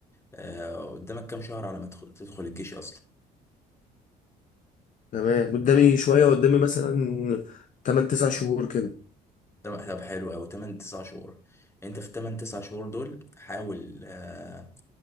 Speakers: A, on the left; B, on the left.
A: آه قدامك كام شهر على ما تدخل تدخل الجيش اصلا
B: تمام قدامي شوية قدامي مثلا 8 9 شهور كده
A: طب طب حلو أوي تمن تسع شهور أنت في التمن تسع شهور دول حاول آه